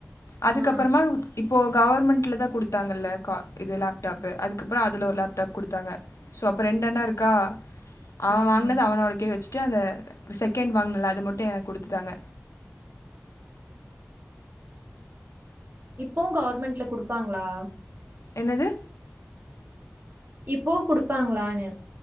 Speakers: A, on the left (about 80°); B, on the right (about 40°).
A: அதுக்கப்புறமா
B: ஆ
A: இப்போ கவர்மெண்ட்ல் தா கொடுத்தாங் லேக்க இது லேப்டாப்பு அதுக்கப்புரோ அதில் ஒரு லேப்டாப் கொடுத்தாங்க சோ அப்புற ரெண்டென்ன இருக்கா அவன்
B: ம்
A: வாங்கினது அவனோடக்கே வச் அந்த செகண்ட் வாங்கினல அது மட்டும் எனக்கு கொடுத்துட்டாங்க
B: இப்பவும் கவர்மெண்ட்ல குடுப்பாங்ளா
A: என்னது
B: இப்போ குடுப்பாங்களானனு